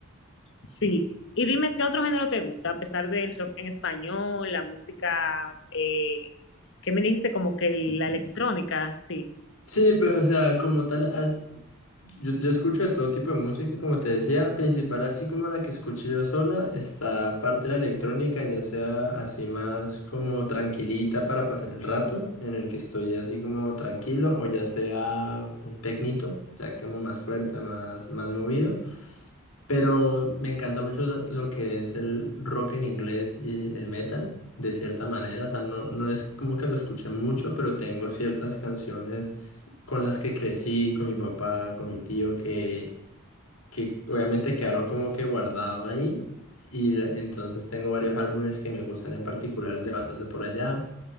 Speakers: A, on the left; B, on the left.
A: Sí, y dime qué otro género te gusta, a pesar del rock en español, la música, eh, ¿qué me dijiste? Como que la electrónica, sí.
B: Sí, pues o sea, como tal, as- yo, yo escucho de todo tipo de música, como te decía, principal así como la que escuché yo sola, está parte de la electrónica, ya sea así más como tranquilita para pasar el rato, en el que estoy así como tranquilo, o ya sea un tecnito, ya como más fuerte, más, más movido. Pero me encanta mucho lo lo que es el rock en inglés y el metal, de cierta manera. O sea, no, no es como que lo escuché mucho, pero tengo ciertas canciones con las que crecí, con mi papá, con mi tío, que, que obviamente quedaron como que guardado ahí. Y la- entonces tengo varios álbumes que me gustan en particular de bandas de por allá.